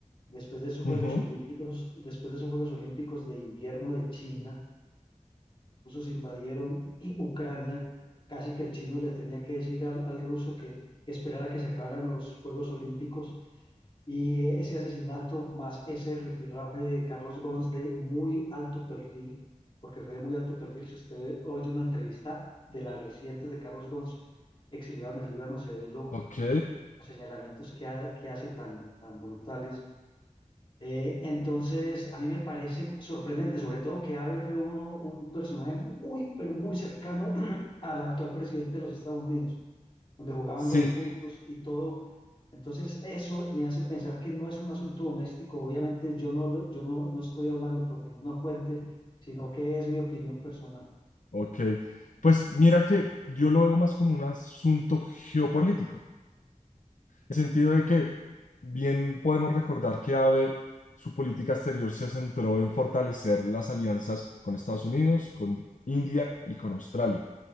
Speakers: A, on the left; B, on the left.
A: Después de esos
B: ujú,
A: Juegos Olímpicos, después de esos Juegos Olímpicos de invierno de China, los rusos invadieron y Ucrania. Casi que el chino le tenía que decir al, al ruso que, que esperara que se acabaran los Juegos Olímpicos y ese asesinato más ese rifirrafe de Carlos Gons de muy alto perfil, porque fue de muy alto perfil, si usted oye una entrevista de las recientes de Carlos Gons exiliado en el Líbano, se ve lo-
B: Ok,
A: los señalamientos que, ha- que hace tan, tan brutales. Eh, entonces, a mí me parece sorprendente, sobre todo que Abe fue uno, un personaje muy, pero muy cercano <clears throat> al actual presidente de los Estados Unidos donde jugaban
B: sí,
A: golf juntos y todo. Entonces, eso me hace pensar que no es un asunto doméstico. Obviamente, yo no, lo- yo no, no estoy hablando por ninguna fuente, sino que es mi opinión personal.
B: ok. Pues mira que yo lo veo más como un asunto geopolítico. el sentido de que bien podemos recordar que Abe su política exterior se centró en fortalecer las alianzas con Estados Unidos, con India y con Australia